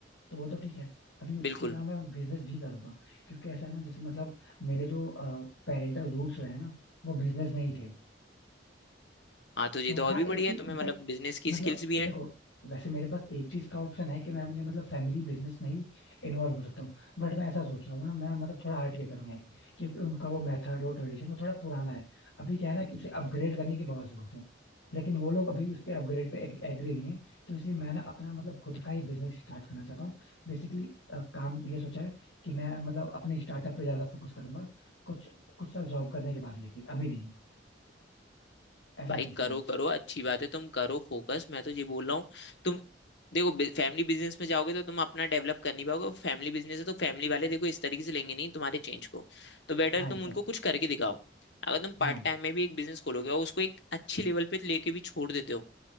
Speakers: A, on the left; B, on the left.
A: तो वो तो ठीक है अभी उसके
B: बिल्कुल
A: अलावा मैं बिजनेस भी करूंगा क्योंकि ऐसा है ना जैसे मतलब मेरे जो पेरेंटल रूट्स रहे हैं ना वो बिजनेस में ही थे
B: हाँ तो ये
A: तो
B: तो और
A: हाँ
B: भी
A: एक
B: बढ़िया
A: चीज
B: है तुम्हें
A: इनफैक्ट
B: मतलब बिजनेस की
A: मतलब
B: स्किल्स भी है
A: देखो वैसे मेरे पास एक चीज का ऑप्शन है कि मैं अपने मतलब फैमिली बिजनेस में ही इन्वॉल्व हो सकता हूँ बट मैं ऐसा सोच रहा हूँ ना मैं मतलब थोड़ा हट के करूंगा क्योंकि उनका वो मेथड वो ट्रेडिशन वो थोड़ा पुराना है अभी क्या है ना कि उसे अपग्रेड करने की बहुत जरूरत है लेकिन वो लोग अभी उस पे अपग्रेड पे एग्री नहीं है तो इसलिए मैं ना अपना मतलब खुद का ही बिजनेस स्टार्ट करना चाहता हूँ बेसिकली काम ये सोचा है कि मैं मतलब अपने स्टार्टअप पे ज्यादा फोकस करूंगा कुछ कुछ साल जॉब करने के बाद लेकिन अभी नहीं ऐसा
B: भाई
A: सोच
B: करो
A: रहा हूँ
B: करो अच्छी बात है तुम करो फोकस मैं तो ये बोल रहा हूँ तुम देखो फैमिली बिजनेस में जाओगे तो तुम अपना डेवलप कर नहीं पाओगे फैमिली बिजनेस है तो फैमिली वाले देखो इस तरीके से लेंगे नहीं तुम्हारे चेंज को तो बेटर
A: हाँ
B: तुम
A: एग्जैक्टली
B: उनको कुछ करके दिखाओ अगर तुम
A: हाँ
B: पार्ट टाइम में भी एक बिजनेस खोलोगे और उसको एक अच्छे लेवल पे लेके भी छोड़ देते हो